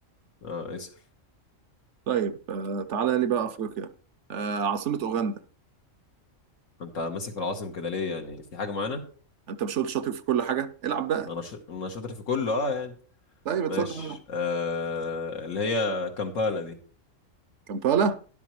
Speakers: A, on the left; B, on the right.
A: اه اسأل
B: طيب آه تعالى لي بقى افريقيا آه عاصمة اوغندا
A: انت ماسك في العواصم كده ليه يعني في حاجة معانا
B: انت مش قلت شاطر في كل حاجة العب بقى
A: انا ش... انا شاطر في كله اه يعني
B: طيب اتصدق
A: ماشي
B: يلا.
A: آه اللي هي كامبالا دي
B: كامبالا